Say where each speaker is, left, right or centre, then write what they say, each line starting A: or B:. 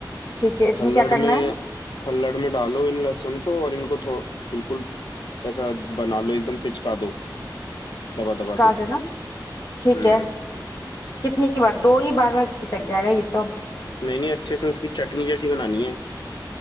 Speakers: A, on the left; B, on the left.
A: ठीक है इसमें
B: खल्लड़
A: क्या
B: में
A: करना है
B: खल्लड़ में डालो इन लहसुन को और इनको थो बिल्कुल ऐसा बना लो एकदम पिचका दो दबा दबा
A: चिपका
B: के
A: देना ठीक
B: हम्म
A: है कितनी बार दो ही बार में पिचक जाएगा ये तो
B: नहीं नहीं अच्छे से उसकी चटनी जैसी बनानी है